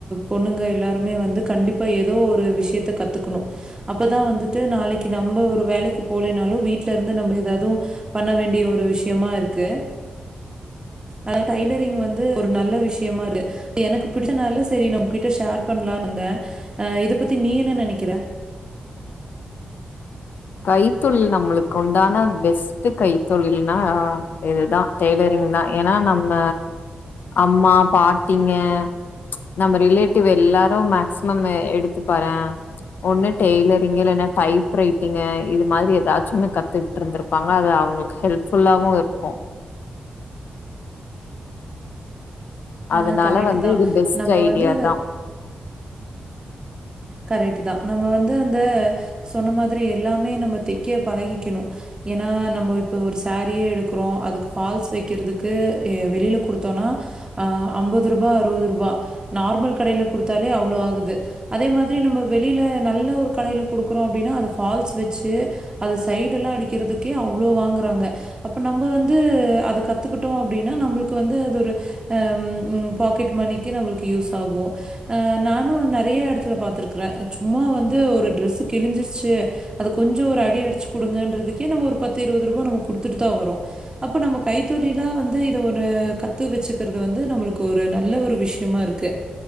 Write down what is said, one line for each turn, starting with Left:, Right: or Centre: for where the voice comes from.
Right: பொண்ணுங்க எல்லாருமே வந்து கண்டிப்பா ஏதோ ஒரு விஷியத்தகத்துக்குணு அப்போதா வந்துட்டு நாளிக்கு நம்ப ஒரு வேலைக்கு போலேனாலோ வீட்டுலயிருந்து நம்ப எதாவது பண்ண வேண்டிய ஒரு விஷியமா இருக்கு அதா டைலரிங் வந்து ஒரு நல்ல விஷயமா <unintelligible> எனக்கு பிடிச்சதுனால சரி நா உன்கிட்ட ஷேர் பண்ணலானு இருந்தே ஆ இத பத்தி நீ என்ன நெனைக்கிற
Left: கைத்தொழில் நம்மளுக்கு உண்டான பெஸ்ட் கைத்தொழில்னா இதுதா டெய்லரிங்தா ஏனா நம்ம அம்மா பாட்டிங்க நம்ம ரிலேட்டிவ் எல்லாரும் மேக்சிமம் எடுத்து பாறே ஒண்ணு டெய்லரிங் இல்லனா டைப்ரைட் த்தீங்க இது மாதிரி ஏதாச்சு ஒன்னு கத்துட்ருந்திருப்பாங்க அது அவங்களுக்கு ஹெல்ப்ஃபுல்லாவு இருக்கு
Right: ஆ
Left: அதனால
Right: கரெக்ட்டு
Left: வந்து
Right: தான்.
Left: இது பெஸ்ட்
Right: நம்ம
Left: ஐடியாதா
Right: வந்து கரெட்டுதா நம்ம வந்து அந்த சொன்ன மாதிரி எல்லாமே நம்ம தெக்க பழகிக்கணு ஏனா நம்ம இப்ப ஒரு சாரியே எடுக்குறோ அதுக்கு ஃபால்ஸ் வைக்கிறதுக்கு அ வெளியில குடுத்தோனா ஆ அம்பது ரூபா அறுவது ரூபா நார்மல் கடையில குடுத்தாலே அவ்ளோ ஆகுது அதே மாதிரி நம்ம வெளியில நல்ல ஒரு கடைல கொடுக்குறோ அப்படின்னா அது ஃபால்ஸ் வச்சு அது சைடு எல்லாம் அடிக்கிறதுக்கே அவ்ளோ வாங்குறாங்க அப்போ நம்ம வந்து அத கத்துக்கிட்டோம் அப்படின்னா நம்மளுக்கு வந்து அது ஒரு ஹ பாக்கெட் மணிக்கு நம்மளுக்கு யூஸ் ஆகும் ஆஹ் நானும் நெறைய இடத்து ல பாத்துருக்குற சும்மா வந்து ஒரு டிரஸ்ஸு கிழிஞ்சிருச்சு அது கொஞ்சோ ஒரு அடி அடிச்சு குடுங்கன்றதுக்கே நம்ம ஒரு பத்து இருபது ரூபா நம்ம குடுத்துட்டுதா வரோ அப்ப நம்ம கைத்தொழிலா வந்து இத ஒரு கத்து வச்சுக்கிறது வந்து நம்மளுக்கு ஒரு நல்ல ஒரு விஷயமா இருக்கு